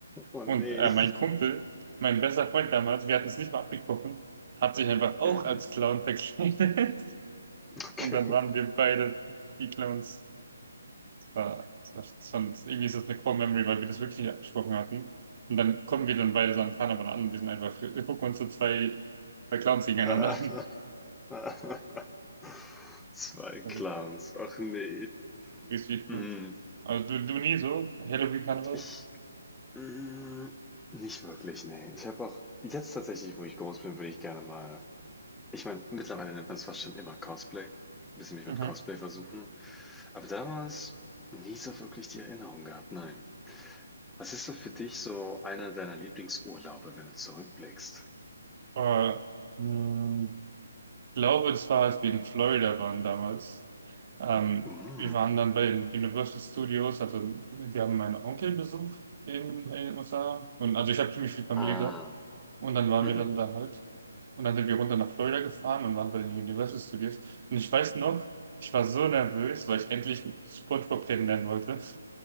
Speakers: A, in the centre; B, on the right.
A: Oh
B: Und
A: nee.
B: äh, mein Kumpel, mein bester Freund damals, wir hatten es nicht mal abgesprochen, hat sich einfach auch
A: Mhm.
B: als Clown verkleidet. <laughs>
A: Okay.
B: Und dann waren
A: <laughs>
B: wir beide die Clowns. Das war, das war schon, irgendwie ist das eine Core Memory, weil wir das wirklich nicht abgesprochen hatten. Und dann kommen wir dann beide so an Karneval an und wir sind einfach, wir gucken uns so zwei, zwei Clowns gegeneinander
A: Ah,
B: an. <laughs>
A: ah, Zwei
B: Das
A: Clans.
B: ist
A: Ach nee.
B: Richtig
A: Mhm.
B: gut. Aber du, du nie so? Halloween-Karneval?
A: Ich. Mhm. Nicht wirklich, nee. Ich habe auch jetzt tatsächlich, wo ich groß bin, würde ich gerne mal. Ich meine, mittlerweile nennt man es fast schon immer Cosplay. Ein bisschen mich
B: Mhm.
A: mit Cosplay versuchen. Aber damals nie so wirklich die Erinnerung gehabt, nein. Was ist so für dich so einer deiner Lieblingsurlaube, wenn du zurückblickst?
B: Äh, mh, ich glaube, das war, als wir in Florida waren damals. Ähm,
A: Mhm.
B: wir waren dann bei den Universal Studios, also wir haben meinen Onkel besucht in, in den USA. Und, also ich habe ziemlich viel Familie
A: Ähm,
B: da. Und dann waren
A: Mhm.
B: wir dann da halt. Und dann sind wir runter nach Florida gefahren und waren bei den Universal Studios. Und ich weiß noch, ich war so nervös, weil ich endlich SpongeBob kennenlernen wollte.